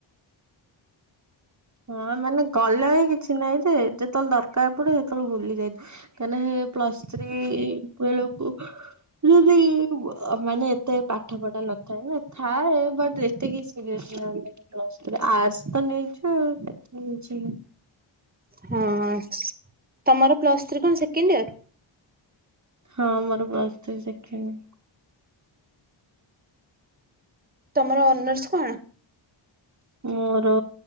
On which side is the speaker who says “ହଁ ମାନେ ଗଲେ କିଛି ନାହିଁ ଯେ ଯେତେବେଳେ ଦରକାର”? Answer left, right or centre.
Right